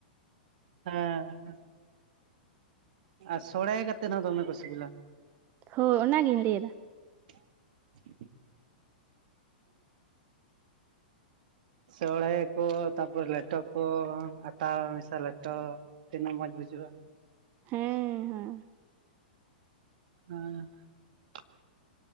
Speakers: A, on the right (about 60°); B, on the right (about 35°).
A: ᱦᱮᱸ ᱟᱨ ᱥᱚᱲᱮ ᱠᱟᱛᱮᱫ ᱦᱚᱸ ᱫᱚᱢᱮ ᱠᱚ ᱥᱤᱵᱤᱞᱟ
B: ᱦᱳᱸ ᱚᱱᱟᱜᱤᱧ ᱞᱟᱹᱭ ᱮᱫᱟ
A: <inaudible> <unintelligible> ᱥᱚᱲᱮ ᱠᱚ ᱛᱟᱯᱚᱨᱮ ᱞᱮᱴᱮ ᱠᱚ ᱟᱴᱟ ᱢᱮᱥᱟ ᱞᱮᱴᱚ ᱛᱤᱱᱟᱹᱜ ᱢᱚᱡᱽ ᱵᱩᱡᱷᱟᱹᱜᱼᱟ
B: ᱦᱮᱸ ᱦᱮᱸ
A: <unintelligible> <inaudible>